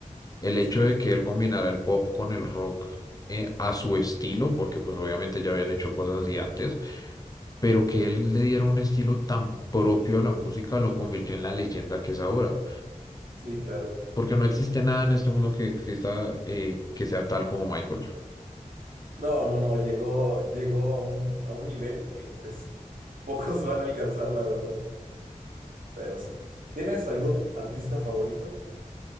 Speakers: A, on the left; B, on the right.
A: El
B: Sí.
A: hecho de que él combinara el pop con el rock eh, a su estilo, porque pues obviamente ya habían hecho cosas así antes, pero que él le diera un estilo tan propio a la música lo convirtió en la leyenda que es ahora.
B: Sí, claro.
A: porque no existe nada en este mundo que exista eh, que sea tal como Michael.
B: No, no, no, llegó, llegó a un, a un nivel que pues <laughs> pocos van a alcanzar, la verdad. Pero sí. ¿Tienes algún artista favorito?